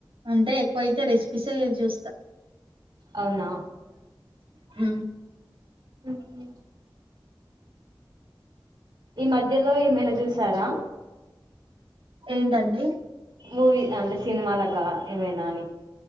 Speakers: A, on the right; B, on the right.
A: అంటే ఎక్కువయితే రెసిపీసే చూస్తా.
B: అవునా!
A: ఊ
B: ఊహు ఈ మధ్యలో ఏమైనా చూసారా.
A: ఏంటండీ
B: మూవీ అంటే సినిమాలు అట్లా ఏమైనా అని.